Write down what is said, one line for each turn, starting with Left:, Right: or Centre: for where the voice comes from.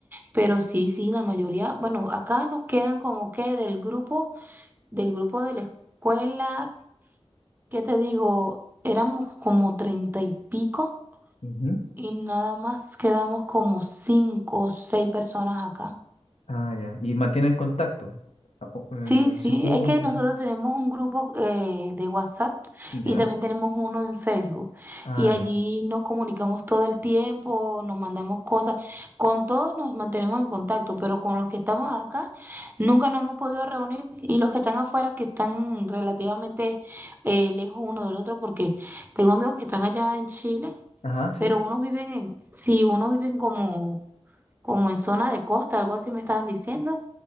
Right: pero sí, sí, la mayoría, bueno, acá nos quedan como que del grupo, del grupo de la escuela, ¿qué te digo? Éramos como treinta y pico.
Left: Ujú.
Right: Y nada más quedamos como cinco o seis personas acá.
Left: Ah, ya. ¿Y mantienen contacto? Ah, o- eh,
Right: Sí, sí,
Left: ¿se juntan?
Right: es que nosotros tenemos un grupo eh, de WhatsApp
Left: ¿Ya?
Right: y también tenemos uno en Facebook.
Left: Ah,
Right: Y allí
Left: ya.
Right: nos comunicamos todo el tiempo, nos mandamos cosas. Con todos nos mantenemos en contacto, pero con los que estamos acá nunca nos hemos podido reunir. Y los que están afuera, que están relativamente eh, lejos uno del otro, porque tengo amigos que están allá en Chile,
Left: Ajá, sí.
Right: pero unos viven en, sí, unos viven como como en zona de costa, algo así me estaban diciendo,